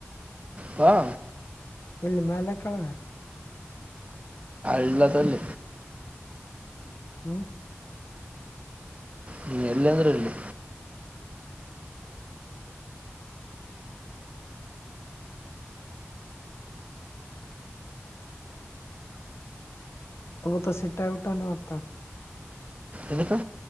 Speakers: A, on the right; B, on the left.
A: ಬಾ
B: ಏಲ್ಲಿ ಮ್ಯಾಲ ಕೆಳಗ.
A: ಎಲ್ಲಾ ತೊಲಿ.
B: ಹ್ಮ
A: ನಿ ಎಲ್ಲಾಂದ್ರ ಅಲ್ಲಿ.
B: ತೂತ ಸಿಟ್ಟಾಗ ಬಿಟ್ಟನ್ ಇವತ್ತ.
A: ಎದಕ.